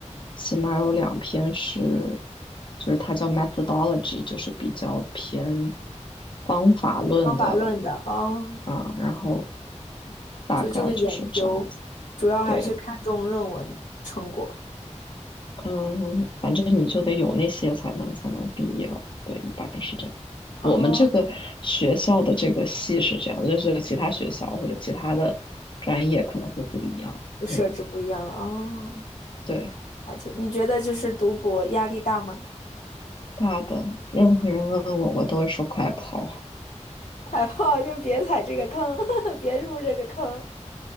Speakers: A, on the left; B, on the left.
A: 起码有两篇是，就是它叫 methodology，就是比较偏方法论的
B: 方法论的？哦，
A: 啊，然后大概就是这样子。
B: 就就是研究，主要还是看重论文成果。
A: 对，嗯，反正你就得有那些才能才能毕业了，对，一般是这样。我们这个学校的这个系是这样，
B: 哦，
A: 就是其他学校或者其他的专业可能会不一样。
B: 就设置不一样了。
A: 嗯，
B: 哦，
A: 对，
B: 而且你觉得就是读博压力大吗？
A: 大的，任何人问我，我都会说快跑。
B: <laughs> 快跑，就别踩这个坑，<laughs> 别入这个坑。